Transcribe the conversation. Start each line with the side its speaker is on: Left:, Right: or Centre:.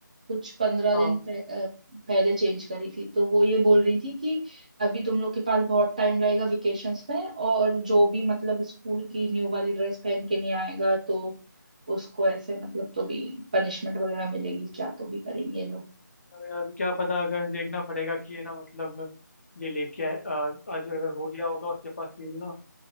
Right: कुछ पंद्रह
Left: हाँ
Right: दिन पह, अ, पहले चेंज करी थी तो वो ये बोल रही थी कि अभी तुम लोग के पास बहुत टाइम रहेगा वेकेशंस में और जो भी मतलब स्कूल की न्यू वाली ड्रेस पहन के नहीं आएगा तो उसको ऐसे मतलब तो भी पनिशमेंट वगैरह मिलेगी क्या तो भी करेंगे ये लोग
Left: अब क्या पता अगर देखना पड़ेगा कि है ना मतलब ये लेके आए अ, आज अगर हो गया होगा उसके पास सील ना